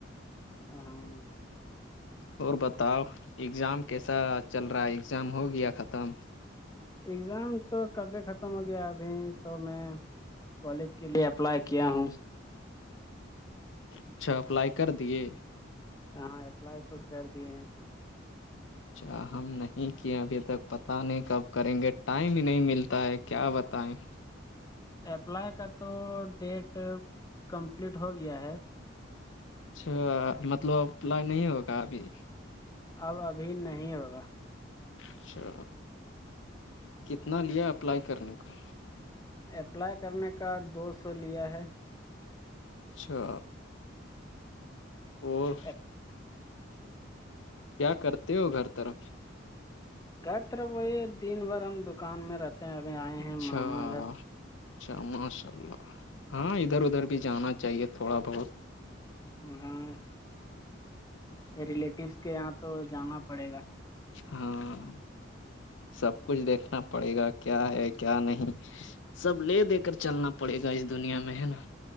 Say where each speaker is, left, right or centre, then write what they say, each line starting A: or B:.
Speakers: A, on the left; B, on the left.
A: ا <unintelligible>
B: اور بتاؤ ایگزام کیسا چل رہا ہے ایگزام ہو گیا ختم
A: اگزام تو کبھی ختم ہو گیا ابھی تو میں کالج کے لیے اپلائی کیا ہوں
B: اچھا اپلائی کر دیے
A: ہاں اپلائی تو کر دیے ہیں
B: اچھا ہم نہیں کیے ابھی تک پتہ نہیں کب کریں گے ٹائم نہیں ملتا ہے کیا بتائیں
A: اپلائی کا تو ڈیٹ کمپلیٹ ہو گیا ہے
B: اچھا مطلب اپلائی نہیں ہوگا ابھی
A: اب ابھی نہیں ہوگا
B: اچھا کتنا لیا اپلائی کرنے کا
A: اپلائی کرنے کا دو سو لیا ہے
B: اچھا اور
A: ایک <unintelligible>
B: کیا کرتے ہو گھر طرف
A: گھر طرف وہی ہے دن بھر ہم دکان میں رہتے ہیں ابھی آئے
B: اچھا
A: ہیں ماما گھر
B: اچھا ماشاء اللہ ہاں ادھر ادھر بھی جانا چاہیے تھوڑا بہت
A: ہاں ریلیٹیوس کے یہاں تو جانا پڑے گا
B: ہاں سب کچھ دیکھنا پڑے گا کیا ہے کیا نہیں سب لے دے کر چلنا پڑے گا اس دنیا میں ہے نا